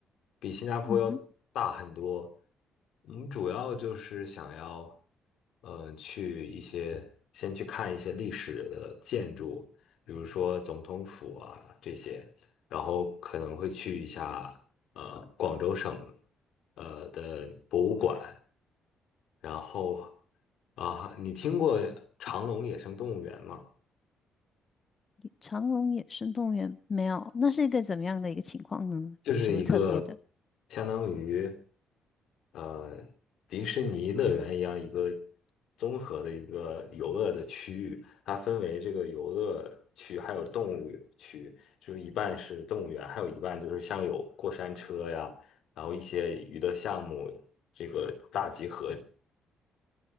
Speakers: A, on the left; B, on the left.
A: 比新加坡要大很多。
B: 嗯哼，
A: 我们主要就是想要，呃，去一些先去看一些历史的建筑，比如说总统府啊这些，然后可能会去一下呃广州省呃的博物馆，然后啊，你听过长隆野生动物园吗？
B: 长隆野生动物园没有，那是一个怎么样的一个情况呢？
A: 就是一个
B: 什么特别的？
A: 相当于呃迪士尼乐园一样一个综合的一个游乐的区域，它分为这个游乐区还有动物区，就是一半是动物园，还有一半就是像有过山车呀，然后一些娱乐项目这个大集合。